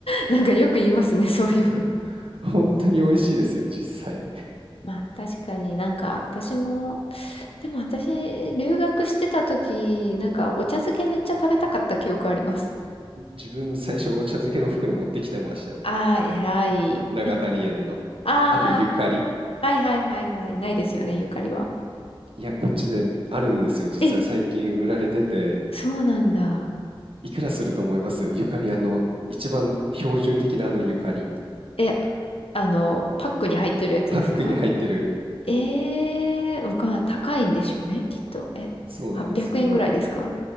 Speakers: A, on the left (about 85°); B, on the right (about 70°).
A: なんかよく言いますね、そういうの。
B: <laughs> 本当に美味しいですよ、実際。
A: まあ確かになんか私も、でも私留学してた時、なんかお茶漬けめっちゃ食べたかった記憶あります。
B: 自分最初お茶漬けの袋持ってきてましたよ。
A: ああ、偉い。
B: 長谷園の。
A: あ
B: あとゆかり。
A: あ。はいはいはいはい。ないですよね、ゆかりは。
B: いや、こっちであるんですよ。実は最近売られてて、
A: え、そうなんだ。
B: いくらすると思いますゆかり、あの、一番標準的なあのゆかり。
A: え、あの、パックに入ってるやつですか
B: パックに入ってる、
A: ええー、わかんない。高いんでしょうね、きっと。え、
B: そうなんですけど、
A: 800円ぐらいですか